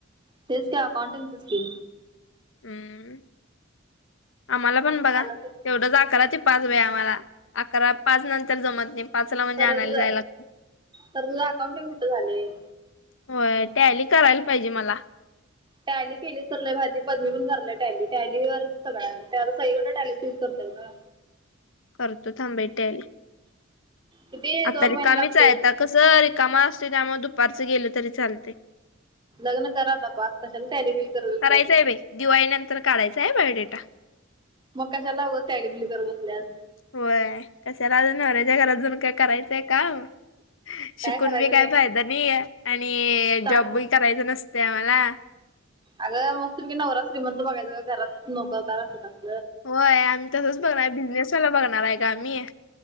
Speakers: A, on the right; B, on the left.
A: तेच का अकाउंटिंग च च की,
B: हम्म आम्हाला पण बघा
A: आलं तर
B: तेवढंच अकरा ते पाच वेळ आम्हाला अकरा पाच नंतर जमत नाही. पाचला म्हणजे
A: तर
B: आणायला
A: तुझ
B: जायला लागतं
A: तर तुझं अकाउंटिंग कुठ झालं.
B: होय टॅली करायला पाहिजे मला
A: टॅली केलीस तर लई भारी पदमी पण करायला लागली टॅली, टॅली वर सगळं आहे. सगळी कडे टॅलीच युज करतात गं.
B: करतो थांब बाई टॅली
A: किती
B: आता
A: दोन
B: रिकामीच
A: महिने लागतील
B: आहे. कसं रिकामा असते त्यामुळे दुपारचं गेलं तरी चालते.
A: लग्न कर आता बास कशाला टेली बिली करत बसले.
B: करायचं आहे बाई दिवाळी नंतर काढायचा आहे बायोडेटा
A: मग कशाला उगाच टॅली बिली करत बसलीयास.
B: होय कशाला अ नवऱ्याच्या घरातजून काय करायचंय काम शिकून
A: करायचं
B: बी काय
A: नाही
B: फायदा नाही आणि
A: चांगलं
B: जॉब बी करायच नसत आम्हाला
A: अगं मस्त पैकी नवरा श्रीमंत बघायचं का घरात नोकरदार अस
B: होय आम्ही तसंच बघणार बिझनेसवाला बघणार आहे गं आम्ही